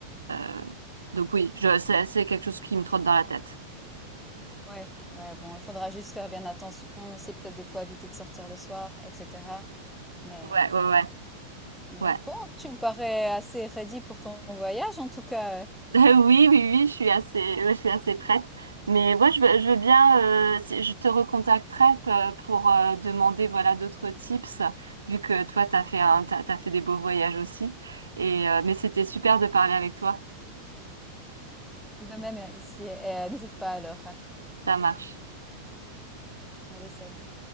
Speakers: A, on the right; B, in the centre.
A: euh, donc oui, je, c'est c'est quelque chose qui me trotte dans la tête.
B: Ouais, ouais, bon, il faudra juste faire bien attention aussi, peut-être des fois éviter de sortir le soir et cetera. Mais
A: Ouais, ouais, ouais,
B: euh,
A: ouais.
B: ouais, bon, tu me parais assez ready pour ton voyage, en tout cas, euh,
A: <laughs> Oui, oui, oui, je suis assez, ouais, je suis assez prête. Mais moi, je veux, je veux bien, euh, si- je te recontacterai p- pour euh, demander voilà d'autres tips, vu que toi, t'as fait un, t'as, t'as fait des beaux voyages aussi. Et euh, mais c'était super de parler avec toi.
B: de même euh, ici. Et, euh, n'hésite pas alors.
A: Ça marche.
B: Allez, salut.